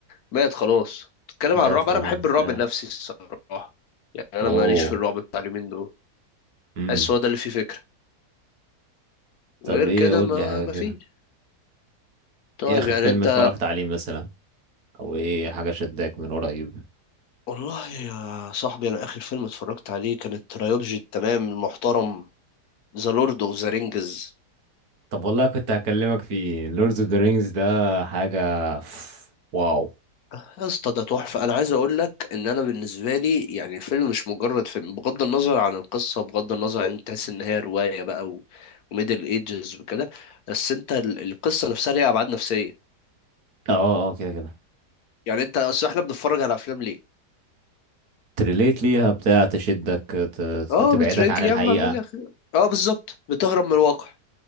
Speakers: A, on the left; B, on the right.
A: مات خلاص تتكلم
B: مات
A: عن الرعب
B: خلاص
A: انا بحب الرعب
B: يا
A: النفسي الصراحه يعني انا
B: اوه
A: ماليش في الرعب بتاع اليومين دول
B: امم
A: بحس هو ده اللي فيه فكره
B: طب
A: غير
B: ايه
A: كده
B: قول
A: ما
B: لي حاجه
A: ما
B: كده
A: فيش طيب
B: ايه اخر
A: يعني
B: فيلم
A: انت
B: اتفرجت عليه مثلا او ايه حاجه شداك من قريب
A: والله يا صاحبي انا اخر فيلم اتفرجت عليه كانت ترايولوجي التمام المحترم ذا لورد اوف ذا رينجز
B: طب والله كنت هكلمك في لوردز اوف ذا رينجز ده حاجه ف- واو
A: يا اسطى ده تحفه انا عايز اقول لك ان انا بالنسبه لي يعني الفيلم مش مجرد فيلم بغض النظر عن القصه بغض النظر عن انت تحس ان هي روايه بقى و... وميدل ايجز وكده بس انت ال- القصه نفسها ليها ابعاد نفسيه
B: اه اه كده كده
A: يعني انت اصل احنا بنتفرج على افلام ليه
B: تريليت ليها بتاع تشدك ت- ت-
A: اه
B: تبعدك
A: بتريك
B: عن
A: يا
B: الحقيقه
A: عم اعمل لك اه بالظبط بتهرب من الواقع